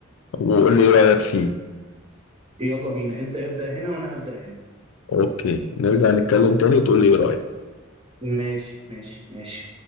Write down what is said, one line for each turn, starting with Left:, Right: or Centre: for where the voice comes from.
Left: وقول لي ايه رأيك فيه
Right: يلا بينا انت ابدأ هنا وانا هبدأ هنا
Left: اوكي نرجع نتكلم تاني وتقول لي ايه رأيك
Right: ماشي ماشي ماشي